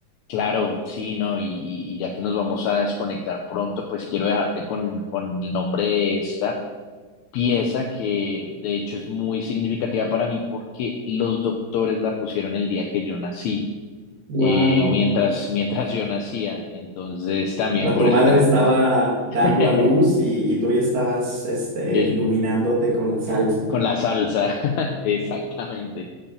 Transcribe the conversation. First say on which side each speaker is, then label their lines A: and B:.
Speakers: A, on the left (about 80°); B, on the right (about 70°).
A: Claro, sí, no, y, y ya que nos vamos a desconectar pronto, pues quiero dejarte con, con el nombre de esta pieza que de hecho es muy significativa para mí porque los doctores la pusieron el día que yo nací,
B: Wow.
A: eh, mientras, mientras yo nacía, entonces también
B: O sea,
A: por
B: tu
A: eso
B: madre
A: tengo
B: estaba
A: mucha.
B: dando
A: <laughs>
B: a luz y, y tú ya estabas este,
A: Yo,
B: iluminándote con la salsa.
A: Con la salsa, <laughs> exactamente.